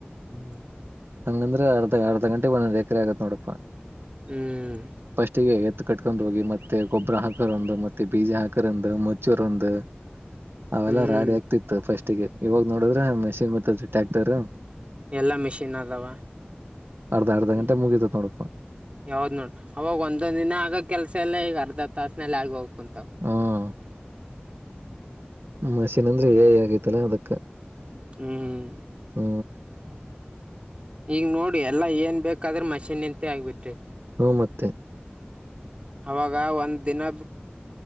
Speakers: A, on the right; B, on the right.
A: ಹ್ಮ್ ಹ್ಮ
B: ಹಂಗಂದ್ರೆ ಅರ್ಧ ಅರ್ಧ ಗಂಟೆಗೆ ಒಂದರ ಎಕರೆ ಆಗತ್ ನೋಡಾ
A: ಹ್ಮ್
B: ಫಸ್ಟ್ಗೆ ಎತ್ತು ಕಟ್ಕೊಂಡ್ ಹೋಗಿ ಮತ್ತೆ ಗೊಬ್ಬರ ಹಾಕರ ಒಂದು ಮತ್ತೆ ಬೀಜ ಹಾಕರ್ ಒಂದು ಮುಚ್ಚೂರ್ ಒಂದು ಅವೆಲ್ಲಾ
A: ಹ್ಮ್
B: ರಾಡಿ ಆಗ್ತಿತ್ತು ಫಸ್ಟಿಗೆ ಇವಾಗ ನೋಡದ್ರೆ ಮೆಷಿನ್ ಬತ್ತದರಿ ಟ್ಯಾಕ್ಟರ್ ಹಾ
A: ಎಲ್ಲಾ ಮಿಷಿನ್ ಅದಾವ
B: ಅರ್ಧ ಅರ್ಧ
A: ಹ್ಮ್
B: ಗಂಟೆ ಮುಗಿತ ನೋಡಪ್ಪ
A: ಯಾವ್ದ್ ನೋಡು ಅವಾಗ ಒಂದೊಂದ ದಿನ ಆಗ ಕೆಲ್ಸ ಎಲ್ಲ ಈಗ ಅರ್ಧ ತಾಸನಲ್ಲಿ ಆಗಬೇಕ ಕುಂತ
B: ಹ್ಮ ಮಷಿನ್ ಅಂದ್ರೆ ಹೇ ಆಗೈತಲ್ಲಾ ಅದಕ್ಕ
A: ಹ್ಮ್್ಮ
B: ಹ್ಮ
A: ಈಗ ನೋಡಿ ಎಲ್ಲ ಏನ್ ಬೇಕಾದ್ರೆ ಮಷಿನ್ಂತೆ ಆಗ್ಬಿಟ್ರೆ
B: ಹ್ಮ ಮತ್ತೆ
A: ಅವಾಗ ಒಂದ್ ದಿನ